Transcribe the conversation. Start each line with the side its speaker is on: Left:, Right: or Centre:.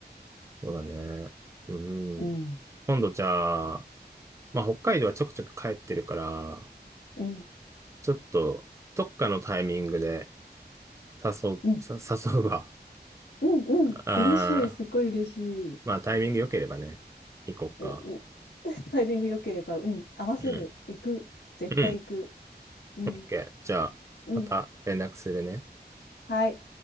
Right: そうだね。うん。
Left: うん、
Right: 今度じゃあ、まあ、北海道はちょくちょく帰ってるから、
Left: うん、
Right: ちょっと、どっかのタイミングで誘う、
Left: うん。
Right: <laughs> さ誘うわ。
Left: うんうん。
Right: ああ、
Left: 嬉しい。すっごい嬉しい。う
Right: まあ、タイミング良ければね、行こうか。
Left: うんタイミング良ければ、うん。合わせる。
Right: うん。
Left: 行く。絶対行く。
Right: うん。
Left: うん。
Right: OK。じゃあ、
Left: うん。
Right: また連絡するね。
Left: はい。